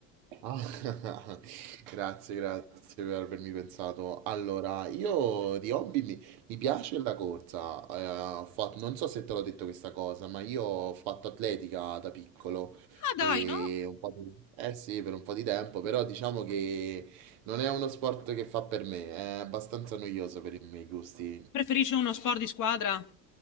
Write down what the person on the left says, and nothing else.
Ah,
dai, no?
Preferisce uno sport di squadra?